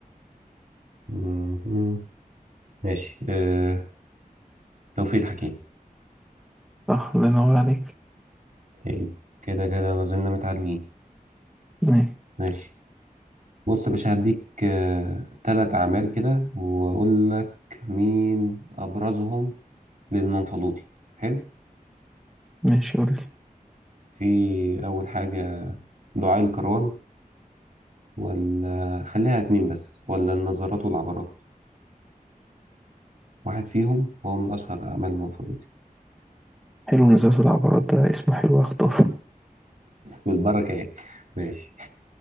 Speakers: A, on the right; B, in the centre.
A: مم. ماشي أه... توفيق الحكيم
B: صح الله ينور عليك
A: حلو كده كده ما زلنا متعادلين
B: ماشي
A: ماشي بص يا باشا هديك آه، تلات أعمال كده وأقول لك مين أبرزهم للمنفلوطي حلو
B: ماشي قول
A: في أول حاجة دعاء الكران ولا خليها اتنين بس ولا النظرات والعبرات واحد فيهم هو من أشهر أعمال المنفلوطي
B: حلو نزلات العبارات ده اسمه حلو اختاره
A: بالبركة يعني ماشي